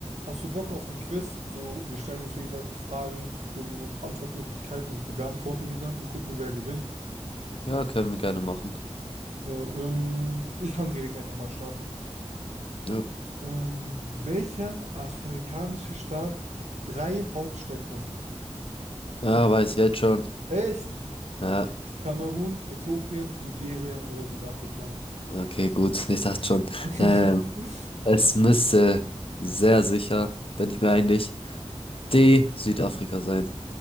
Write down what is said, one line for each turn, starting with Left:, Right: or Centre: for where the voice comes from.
Right: Hast du Bock auf ein Quiz? So, wir stellen uns gegenseitig Fragen, geben uns Antwortmöglichkeiten und wir beantworten die dann und gucken, wer gewinnt.
Left: Ja, können wir gerne machen.
Right: Ja, ähm, ich kann direkt einfach mal starten.
Left: Ja.
Right: Ähm, welcher afrikanische Staat hat drei Hauptstädte? Süd
Left: Ja, weiß ich jetzt schon.
Right: Echt?
Left: Ja,
Right: Kamerun, Äthiopien, Nigeria oder Südafrika?
Left: okay, gut. <laughs> Ich dachte schon.
Right: <laughs>
Left: Ähm, es müsste sehr sicher, bin ich mir eigentlich, D, Südafrika sein.